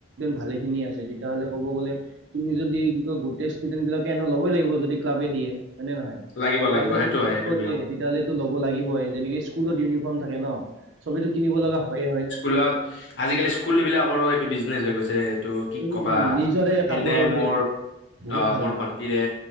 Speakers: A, on the right; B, on the left.
A: ভালে খিনি আছে তেতিয়াহলে ক'ব গ'লে তুমি যদি গোটেই ষ্টুডেন্ট বিলাক এনেও লবই লাগিব যদি ক্লাবে দিয়ে, হয় নে নহয়?
B: লাগিব
A: ক্লাবে
B: লাগিব সেইটো
A: যদি
B: হয়
A: পিন্ধিব
B: সেইটো নিয়ম
A: দিয়ে তেতিয়াহলেটো ল'ব লাগিবই যেনেকে স্কুলত ইউনিফৰ্ম থাকে ন, চবেতো কিনিব লগা হয়য়ে হয় নে নহয়?
B: লাক আজিকালি স্কুল বিলাকৰো এইটো বিজনেচ হৈ গৈছে এইটো। কি
A: উম
B: কবা
A: উম নিজৰে
B: সেইদিনাই
A: কাপোৰৰ
B: মোৰ
A: সেই থাকে, বহুত
B: আহ
A: ভাল
B: মোৰ ভন্টিৰে